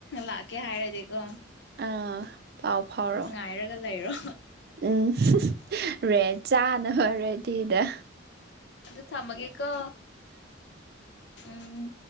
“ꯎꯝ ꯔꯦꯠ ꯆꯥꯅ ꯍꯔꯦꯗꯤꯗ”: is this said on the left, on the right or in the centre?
Right